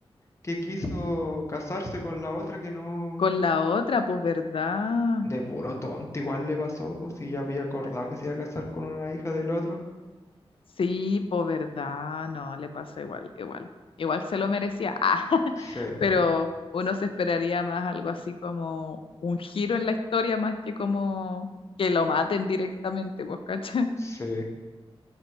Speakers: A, on the left; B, on the left.
A: que quiso casarse con la otra que no,
B: Con la otra, pues verdad.
A: de puro tonto, igual le pasó, pues si ya había acordado
B: Bueno,
A: que se iba a casar con una hija del otro.
B: sí, pues verdad. No, le pasó igual, igual. Igual se lo merecía. Ah, <laughs>
A: Sí,
B: pero uno se esperaría más algo así como un giro en la historia más que como que lo maten directamente, pues, ¿cachai?
A: sí,